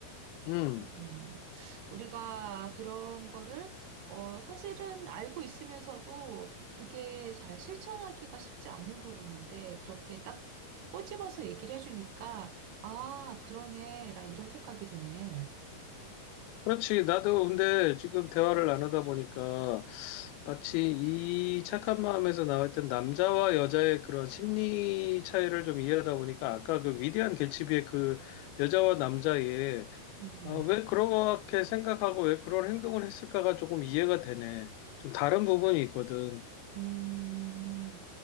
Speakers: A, on the left; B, on the right.
A: 음.
B: 음, 우리가 그런 거를, 어, 사실은 알고 있으면서도 그게 잘 실천하기가 쉽지 않은 부분인데, 그렇게 딱 꼬집어서 얘기를 해주니까, 아, 그러네, 라 이런 생각이 드네.
A: 그렇지. 나도 근데 지금 대화를 나누다 보니까 마치 이 착한 마음에서 나왔던 남자와 여자의 그런 심리 차이를 좀 이해하다 보니까 아까 그 위대한 개츠비의 그 여자와 남자의
B: 음,
A: 아, 왜 그렇게 생각하고 왜 그런 행동을 했을까가 조금 이해가 되네. 좀 다른 부분이 있거든.
B: 음.